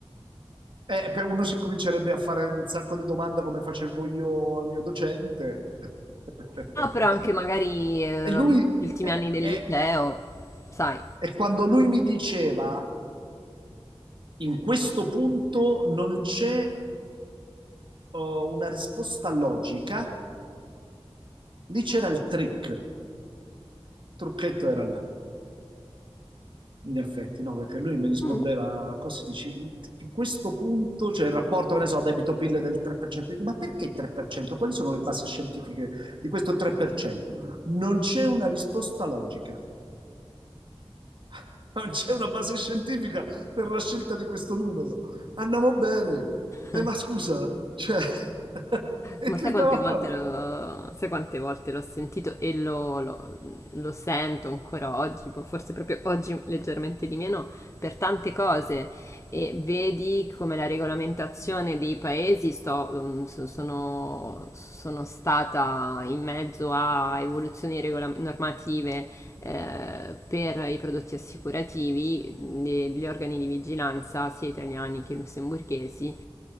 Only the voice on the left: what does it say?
Ah, però anche magari eh,
gli ultimi
anni del
liceo, sai.
Mm.
<laughs>
Ma
sai
quante
volte
l'ho, sai quante volte l'ho sentito e lo, lo- lo sento ancora oggi, boh, forse proprio oggi leggermente di meno, per tante cose. E vedi come la regolamentazione dei paesi sto- mm, so- sono, sono stata in mezzo a evoluzioni regolam- normative eh, per i prodotti assicurativi, gli, gli organi di vigilanza, sia italiani che lussemburghesi,